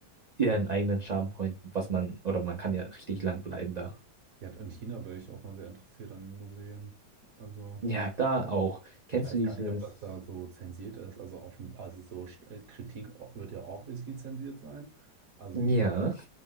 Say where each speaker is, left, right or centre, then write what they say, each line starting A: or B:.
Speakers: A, on the right; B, on the right.
A: ihren eigenen Charmepoint, was man, oder man kann ja richtig lang bleiben da.
B: Ja, und China wäre ich auch mal sehr interessiert an den Museen. Also...
A: Ja, da auch. Kennst
B: Ich weiß
A: du dieses?
B: gar nicht, ob das da so zensiert ist. Also, offen, also so St- äh, Kritik wird ja obviously zensiert sein. Also
A: Ja,
B: so